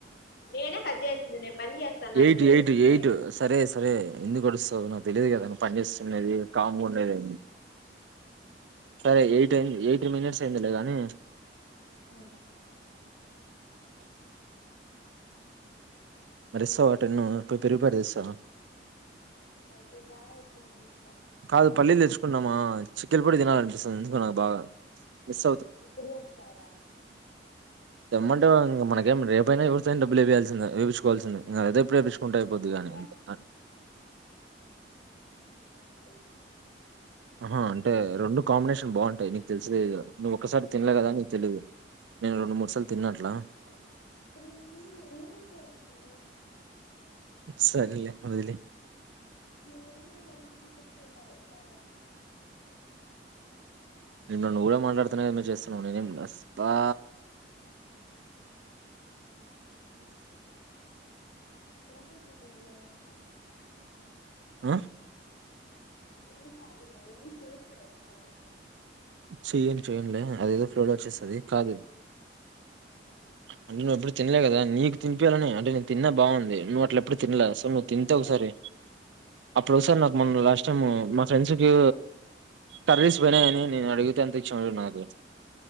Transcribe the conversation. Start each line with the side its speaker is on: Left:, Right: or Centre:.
Left: నేనే కద్ద అల్సిింది నేను పని చేస్తాను అందుకే
Right: ఎయిట్
Left: నను
Right: ఎయిట్
Left: చూసుకోనిన్న
Right: ఎయిట్ సరే సరే ఎందుకు గడుస్త స నాకు తెలిదు కదా నువ్వు పని చేస్తే ది కామ ఉది అయి సరే ఎయి ఎయిటీ మినిట్స్ అయిందిలే గానీ
Left: అఓ
Right: మరిస్తావా టెన్ టూ పెరుగు ప్యాకెట్ తెస్తా
Left: ఓక జగా ఇచ్చ మంట ఇ
Right: కాదు పల్లీలు తెచ్చుకున్నామా చికెన్ పొడి తినాలి అనిపిస్తుంది ఎందుకో నాకు బాగా మిస్
Left: ఇప్పుడు తెస్తావా
Right: తెమంటే ఇం మనకేం రేపైనాతే బ్బులుేయాల్సిందందిేపించుకోవాసింది ఇక అదే ఇప్పుడు
Left: <unintelligible>
Right: ఏపిచ్చుకుంటే అయిపోద్ది గాని అంతే
Left: ఓ
Right: ఆహా అంటే రెండు కాంబినేషన్ బాగుంటాయి నీకు తెలిస నువ్వు ఒకక్కసారి తినలే కదా నీకు తెలీదు నేను రెండు మూడు సార్లు తిన్నట్లా
Left: ఇప్పు నే మళ్ళీ ఎమం చేస్తా
Right: సరేలే వదిలేయి
Left: నువ్వేమో <unintelligible>
Right: నేను నన్ను కూడా మాట్లాడుతున్నాదరు చేస్తున్నావు నేను ఏమి బా
Left: పోతే పోనీలే <unintelligible>
Right: ఆ
Left: ఎం కాదులే మే చేస్తే వెటకారమా
Right: చేయొచ్చు ఎంలే అదేదో ఫ్లోలో వచ్చేస్తది కాదు
Left: అ
Right: అంటే నువ్వు ఎప్పుడు తినలేదు కదా నీకు తినిపియ్యాలనే అంటే నేను తిన్నా బాగుంది నువ్వు అట్లా ఇప్పుడు తిలే అసల్ నువ్వు
Left: ఎప్పుడు
Right: తింటే ఒకసారి అప్పుడుసార్ నాకు మొన్న లాస్ట్ టైమ్ మా ఫ్రెండ్స్కి కర్రీస్ పెనాయని నేను అడిగితే అంత ఇచ్చినవ్ చూడు నాకు